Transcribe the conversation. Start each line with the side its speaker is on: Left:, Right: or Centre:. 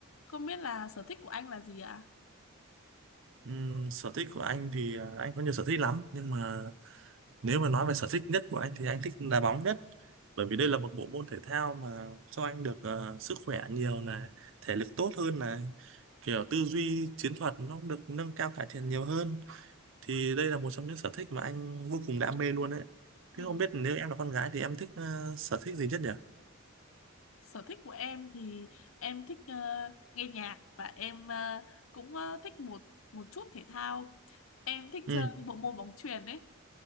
Left: Không biết là sở thích của anh là gì ạ?
Right: Ừm, sở thích của anh thì à, anh có nhiều sở thích lắm nhưng mà nếu mà nói về sở thích nhất của anh thì anh thích đá bóng nhất bởi vì đây
Left: Ừ.
Right: là một bộ môn thể thao mà cho anh được à, sức khỏe nhiều này thể lực tốt hơn này kiểu tư duy chiến thuật nó cũng được nâng cao cải thiện nhiều hơn thì đây là một trong những sở thích mà anh vô cùng đam mê luôn đấy
Left: Ừ.
Right: thế không biết nếu em là con gái thì em thích à, sở thích gì nhất nhỉ
Left: Sở thích của em thì em thích ờ, nghe nhạc và em ờ, cũng ờ, thích một một chút thể thao. Em thích
Right: ừ
Left: chơi bộ môn bóng chuyền ấy.